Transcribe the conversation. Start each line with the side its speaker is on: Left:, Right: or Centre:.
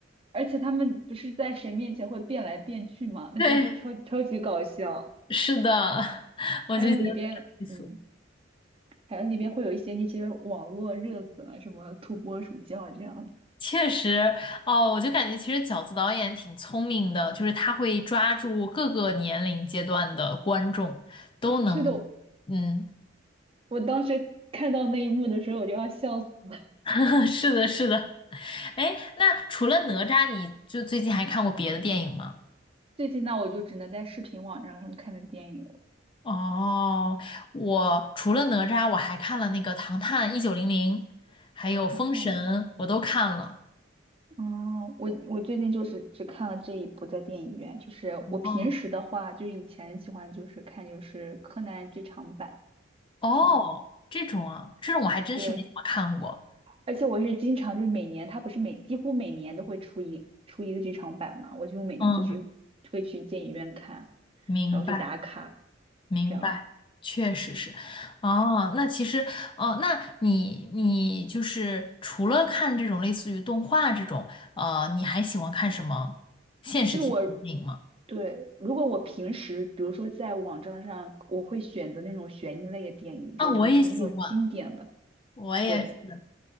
Right: 而且他们不是在谁面前会变来变去吗？那时候超超级搞笑。
Left: 对，是的，<laughs> 我就觉得挺有意思。
Right: 还有里边，嗯，还有里边会有一些那些网络热梗啊，什么土拨鼠叫啊这样子。
Left: 确实，哦，我就感觉其实饺子导演挺聪明的，就是他会抓住各个年龄阶段的观众，都能，
Right: 是的，
Left: 嗯，
Right: 我当时看到那一幕的时候，我就要笑死了。
Left: <laughs> 是的，是的。哎，那除了哪吒，你就最近还看过别的电影吗？
Right: 最近那我就只能在视频网站上看的电影了，
Left: 哦，我除了哪吒，我还看了那个《唐探一九零零》，还有《封神》，
Right: 看看。
Left: 我都看了。
Right: 嗯，我我最近就是只看了这一部在电影院，就是我平时的话，
Left: 哦，
Right: 就是以前喜欢就是看就是柯南剧场版
Left: 哦，
Right: 这样，
Left: 这种啊，这种我还真是没怎么看过。
Right: 对。而且我是经常就是每年，它不是每几乎每年都会出一出一个剧场版嘛，我就每年就去会去电影院看，
Left: 嗯。明白，
Right: 然后去打卡，
Left: 明白，
Right: 这样
Left: 确实是。哦，那其实，哦，那你你就是除了看这种类似于动画这种，呃，你还喜欢看什么现实题材电影吗？
Right: 就是我对，如果我平时比如说在网站上，我会选择那种悬疑类的电影，
Left: 啊，
Right: 就以前那种经典的，
Left: 我也喜欢，我也是。
Right: 对，